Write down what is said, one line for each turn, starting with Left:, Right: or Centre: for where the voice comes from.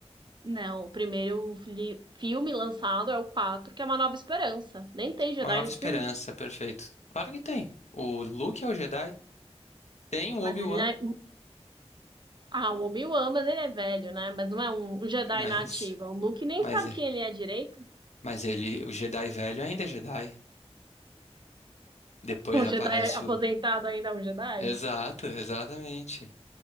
Right: Não, o primeiro li- filme lançado é o quatro que é Uma Nova Esperança. Nem tem Jedi
Left: Uma Nova
Right: nesse
Left: Esperança,
Right: filme,
Left: perfeito. Claro que tem. O Luke é o Jedi, tem o
Right: mas
Left: Obi-Wan,
Right: ele né? Ah, o Obi-Wan, mas ele é velho, né? Mas não é um, um Jedi
Left: mas,
Right: na ativa. O Luke nem
Left: mas
Right: sabe
Left: é.
Right: quem ele é direito.
Left: Mas ele, o Jedi velho ainda é Jedi.
Right: <laughs>
Left: Depois
Right: Um
Left: aparece
Right: Jedi aposentado
Left: o.
Right: ainda é um Jedi?
Left: Exato, exatamente.